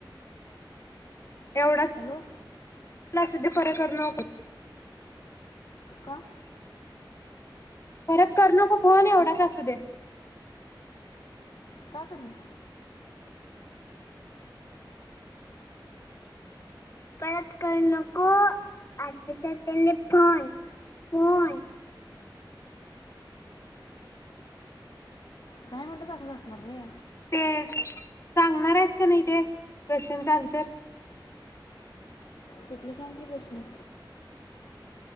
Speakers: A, on the left; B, on the left.
A: एवढा
B: हॅलो.
A: काय आसुधी? पर करू नको.
B: का?
A: परत करू नको फोन एवढंच
B: हं?
A: असू दे.
B: काय करनार?
A: परत करू नको आ त्यांनी फोन फोन.
B: नाही म्हंटलस, असंच असणार रे.
A: ते सांगणार हायीस काय नाही ते क्वेशनच अनसर?
B: कुठल सांग की प्रश्न?